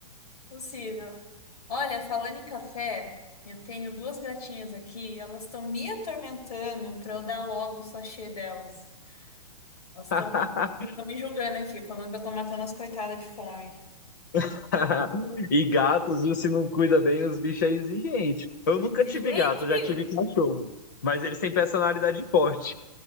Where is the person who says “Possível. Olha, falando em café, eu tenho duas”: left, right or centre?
Left